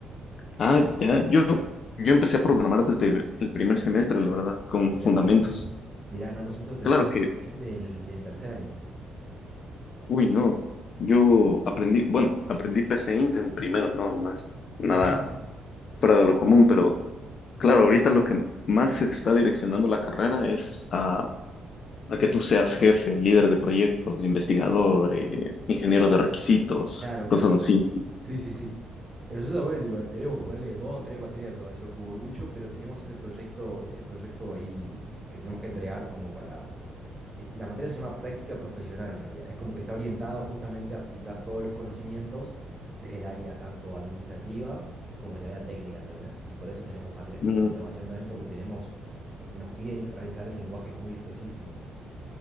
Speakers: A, on the left; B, on the right.
A: Ah, ya, yo, yo empecé a programar desde el primer semestre, la verdad, con
B: Mirá,
A: fundamentos.
B: mirá, no, nosotros recién
A: Claro
B: de-
A: que
B: recién desde el, desde el tercer año.
A: Uy, no. Yo aprendí, bueno, aprendí P C Int en primero, no, no es nada
B: Ujú.
A: fuera de lo común, pero claro, ahorita lo que más se está direccionando la carrera es a, a que tú seas jefe, líder de proyectos, investigador, eh, ingeniero de requisitos,
B: Claro, claro.
A: cosas así.
B: Sí, sí, sí. Eh, Nosotros, bueno, igual tenemos ponerle dos, tres materias de aprobación cubo mucho, pero tenemos ese proyecto, ese proyecto ahí que tenemos que entregar como para es- la materia se llama práctica profesional en realidad. Es como que está orientado justamente a aplicar todos los conocimientos desde el área tanto administrativa como desde el área técnica, ¿entendés? Y por eso tenemos materias
A: Mm,
B: co- de programación también porque tenemos, eh, nos piden realizar en lenguajes muy específicos.